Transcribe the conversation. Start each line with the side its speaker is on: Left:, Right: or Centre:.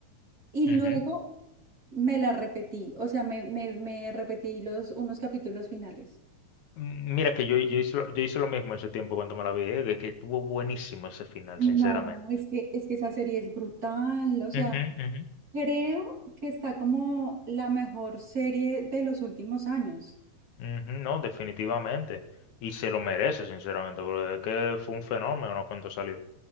Right: y
Left: Ujú.
Right: luego me la repetí. O sea, me, me, me repetí los, unos capítulos finales.
Left: Mm, Mira que yo, yo hice, lo- yo hice lo mismo en su tiempo cuando me la vi, eh, que, que estuvo buenísimo ese final,
Right: No,
Left: sinceramente.
Right: es que, es que esa serie es brutal. O sea,
Left: Ujú, ujú.
Right: creo que está como la mejor serie de los últimos años.
Left: Ujú, No, definitivamente. Y se lo merece, sinceramente, porque es que fue un fenómeno ¿no? cuando salió.